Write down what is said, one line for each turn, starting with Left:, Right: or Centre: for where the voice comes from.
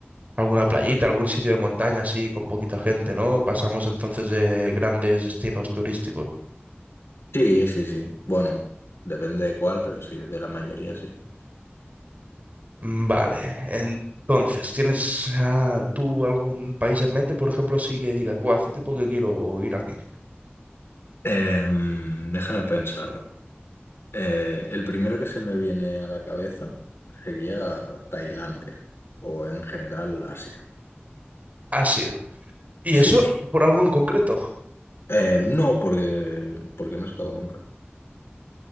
Right: a alguna playita, algún sitio de montaña así con poquita gente, ¿no? Pasamos entonces de grandes destinos turísticos.
Left: sí, sí. sí. Bueno, depende de cuál, pero sí, de la mayoría sí.
Right: Mm, Vale, entonces, ¿tienes ah, tú algún país en mente, por ejemplo, así que digas, bueno, hace tiempo que quiero ir aquí?
Left: Em, déjame pensar. Eh, el primero que se me viene a la cabeza sería Tailandia o en general Asia.
Right: Asia. ¿Y
Left: Sí.
Right: eso por algo en concreto?
Left: Eh, no, porque, porque no he estado nunca.